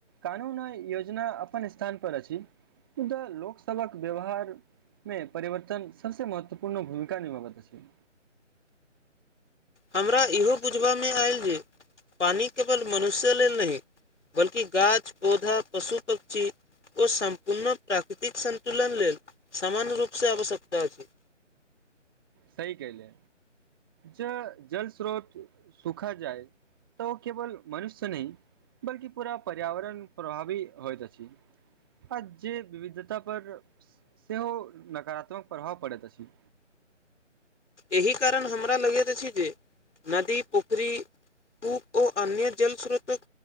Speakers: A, on the right; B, on the left.
A: कानूनय योजना अपन स्थान पर अछि मुदा लोकसलक व्यवहार मे परिवर्तन सबसे महत्वपूर्ण भूमिका निभबैत अछि
B: हमरा इहो बुझबा मे आयल जे पानि केवल मनुष्य लेल नहि बल्कि गाछ पौधा पशु पक्षी ओ सम्पूर्ण प्राकृतिक सन्तुलन लेल समान रूप से आवश्यकता अछि
A: सही क ले ज जल स्रोत सुखा जाए त ओ केवल मनुष्य नहि बल्कि पूरा पर्यावरण प्रभावी होइत अछि आ जे विविधता पर सेहो नकारात्मक प्रभाव पड़ैत अछि
B: एहि कारण हमरा लगैत अछि जे नदी पोखरी पू ओ अन्य जल स्रोतक